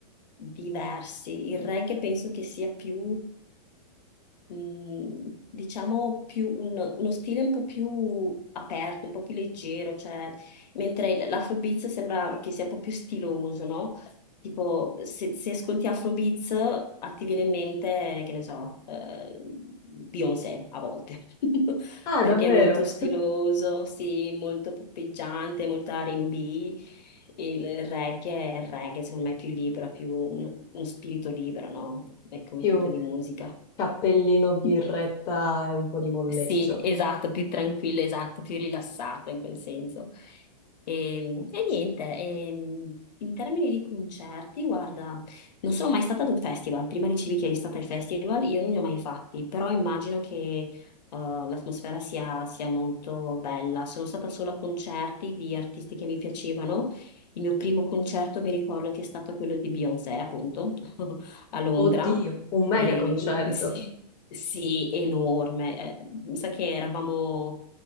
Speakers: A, on the left; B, on the left.
A: diversi. Il reggae penso che sia più, mm, diciamo, più un- uno stile un po' più aperto, un po' più leggero, cioè, mentre l'afrobeats sembra che sia un po' più stiloso, no? Tipo, se, se ascolti Afrobeats, a ti viene in mente, che ne so, eh, Beyoncé a volte. <laughs>
B: Ah,
A: perché
B: davvero?
A: è molto stiloso, sì, molto poppeggiante, molto R&B. Il reggae è il reggae, secondo me è più libero, più un- uno spirito libero, no? È come
B: Più
A: tipo di musica.
B: cappellino,
A: <laughs>
B: birretta e un po' di molleggio.
A: Sì, esatto, più tranquillo, esatto, più rilassato in quel senso. E, e niente, ehm, in termini di concerti, guarda, non sono mai stata ad un festival, prima dicevi che eri stata ai festival, io non li ho mai fatti, però immagino che eh, l'atmosfera sia, sia molto bella. Sono stata solo a concerti di artisti che mi piacevano. Il mio primo concerto mi ricordo che è stato quello di Beyoncé, appunto, <laughs> a Londra.
B: Oddio, un mega
A: E
B: concerto.
A: sì, sì, enorme. Eh, mi sa che eravamo,